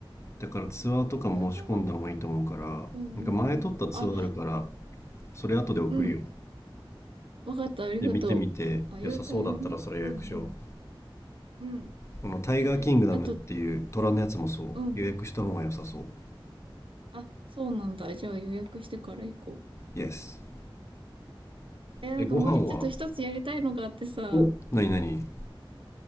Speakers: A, on the left (about 30°); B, on the right (about 70°).
A: だからツアーとか申し込んだ方がいいと思うからなんか前撮ったツアーあるから
B: あ、優待はうんうん。あ、
A: それ後で送るよ
B: うん。わかった、ありがとう。
A: で見てみて良さそうだったらそれ予約しよ
B: あ、優待はね。うんうん。うん。
A: うこのタイガーキングダムっていう虎のやつもそう予約した方が良さそ
B: え、あと、うん。あ、そうなんだ。じゃあ予約してから行こう。
A: うイエス
B: え、なんかもうちょっと一つやりたいのがあってさ、
A: えご飯はおなになに